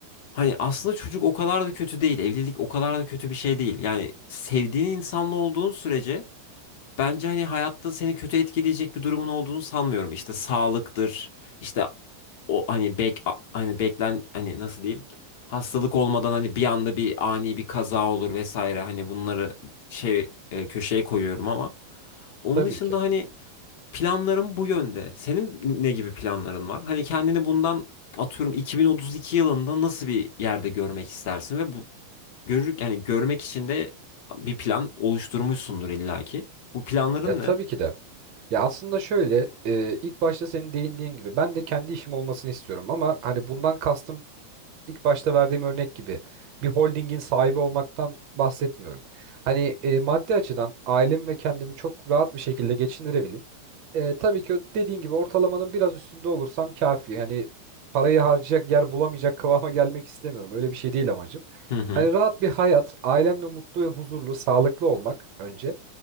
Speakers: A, on the left; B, on the right.
A: hani aslında çocuk o kadar da kötü değil. Evlilik o kadar da kötü bir şey değil. Yani sevdiğin insanla olduğun sürece Bence hani hayatta seni kötü etkileyecek bir durumun olduğunu sanmıyorum. İşte sağlıktır, işte o hani bek a- hani beklen hani nasıl diyeyim? Hastalık olmadan hani bir anda bir ani bir kaza olur vesaire. Hani bunları şey e, köşeye koyuyorum ama onun
B: Tabii
A: dışında
B: ki.
A: hani Planlarım bu yönde. Senin ne gibi planların var? Hani kendini bundan atıyorum 2032 yılında nasıl bir yerde görmek istersin ve bu görür yani görmek için de bir plan oluşturmuşsundur illaki. Bu planların
B: Ya tabii
A: ne?
B: ki de. Ya aslında şöyle e, ilk başta senin değindiğin gibi ben de kendi işim olmasını istiyorum ama hani bundan kastım ilk başta verdiğim örnek gibi bir holdingin sahibi olmaktan bahsetmiyorum. Hani e, maddi açıdan ailemi ve kendimi çok rahat bir şekilde geçindirebileyim. E, tabii ki dediğin gibi ortalamanın biraz üstünde olursam kafi. Yani parayı harcayacak yer bulamayacak <laughs> kıvama gelmek istemiyorum. Öyle bir şey değil amacım.
A: Hı hı,
B: Hani rahat bir hayat, ailemle mutlu ve huzurlu, sağlıklı olmak önce.